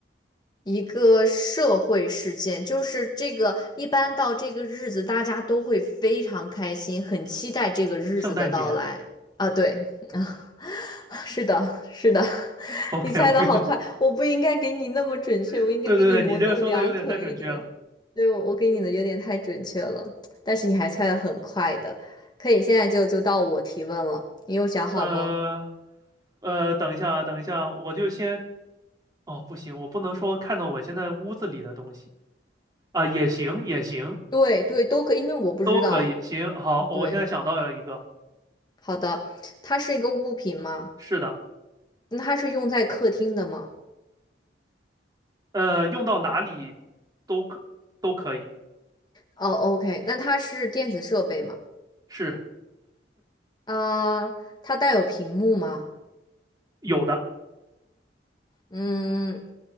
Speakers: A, on the left; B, on the right.
A: 一个社会事件，就是这个一般到这个日子，大家都会非常开心，很期待这个日子的到来啊。
B: 圣诞节
A: 对，<laughs> 是的，是的，<laughs>
B: ？No，OK
A: 你猜的好快，
B: OK，
A: 我不应该给你那么准确，
B: <laughs>
A: 我应该给你模棱两可一点。
B: 对对对，你这个说的有点太准确了。
A: 对，我我给你的有点太准确了，但是你还猜的很快的，可以现在就就到我提问了，你有想好吗？
B: 呃呃，等一下啊，等一下，我就先，哦，不行，我不能说看到我现在屋子里的东西啊，也行，也行，
A: 对对，都可以，因为我不知道。
B: 都可以，行，好，
A: 嗯，
B: 我现在想到了一个，
A: 对，好的，它是一个物品吗？
B: 是的，
A: 那它是用在客厅的吗？
B: 呃，用到哪里都可都可以，
A: 哦，OK，那它是电子设备吗？
B: 是，
A: 啊，它带有屏幕吗？
B: <laughs> 有的，
A: 嗯，